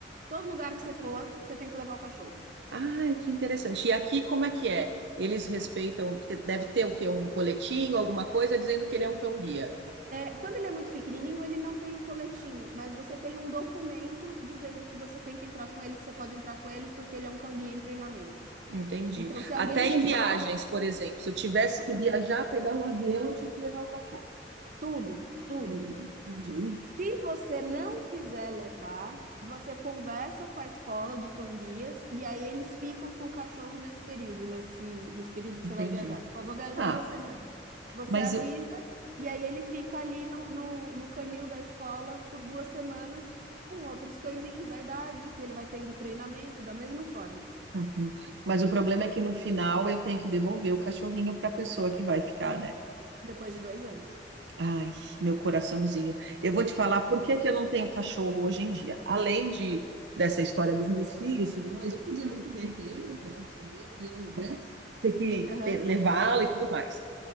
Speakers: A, on the right; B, on the right.
A: Todo lugar que você for, você tem que levar o cachorro.
B: Ai, que interessante. E aqui como é que é? Eles respeitam, porque deve ter o quê? Um coletinho, alguma coisa, dizendo que ele é um cão-guia.
A: É, quando ele é muito pequenininho, ele não tem o coletinho, mas você tem um documento dizendo que você tem que entrar com ele, que você pode entrar com ele, porque ele é um cão-guia em treinamento.
B: Entendi.
A: Então, se alguém
B: Até
A: te
B: em viagens,
A: barra,
B: por exemplo, se eu tivesse
A: tudo,
B: que viajar, pegar um avião, eu tinha que levar o cachorro.
A: tudo, tudo.
B: Hum, entendi,
A: Se você não quiser levar, você conversa com a escola de cão-guias e aí eles ficam com o cachorro nesse período, nesse, nesse período que
B: entendi.
A: você vai viajar. Tipo, eu vou viajar
B: Ah,
A: duas semanas. Você
B: mas,
A: avisa
B: eu-
A: e aí ele fica ali no, no, no canil da escola por duas semanas com outros cãezinhos da idade que ele vai tendo treinamento da mesma forma,
B: Uhum. Mas o problema é que no final eu tenho que devolver o cachorrinho para a pessoa que vai ficar, né?
A: depois de dois anos.
B: Ai, meu coraçãozinho. Eu vou te falar por que que eu não tenho cachorro hoje em dia. Além de dessa história dos meus filhos e tudo mais, eu podia muito bem ter ele, o cachorro ser meu e eu, né, ter que
A: Aham.
B: ter- levá-lo e tudo mais.